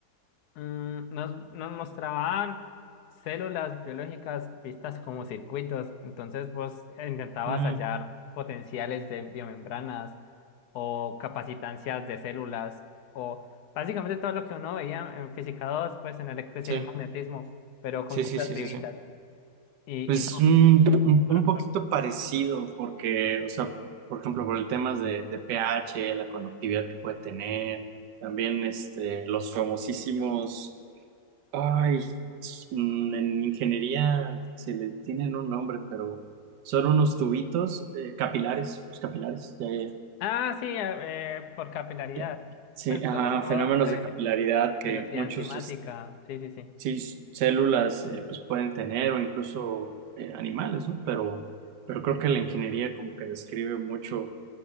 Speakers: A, on the left; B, on the right.
A: Mm, nos, nos mostraban células biológicas vistas como circuitos, entonces vos intentabas
B: Mm,
A: hallar potenciales de biomembranas o capacitancias de células o básicamente todo lo que uno veía en física 2 pues en electricidad
B: sí,
A: y magnetismo, pero con
B: sí,
A: cosas
B: sí, sí,
A: vivitas
B: sí, sí.
A: y,
B: Pues
A: y no.
B: un, un-
A: por-
B: un poquito
A: por-
B: parecido, porque, o sea, por ejemplo, por el tema de, de pH, la conductividad que puede tener, también este, los famosísimos, ay, mm, en ingeniería se le tienen un nombre, pero son unos tubitos eh, capilares, pues, capilares, ya, ya,
A: ah, sí, eh, eh, por capilaridad,
B: ya. Sí,
A: pues
B: ajá,
A: todo, todo
B: fenómenos
A: lo de
B: de capilaridad que
A: velocidad
B: muchos,
A: enzimática, sí, sí, sí.
B: sí, células eh, pues pueden tener o incluso eh, animales, ¿no? Pero, pero creo que la ingeniería como que describe mucho,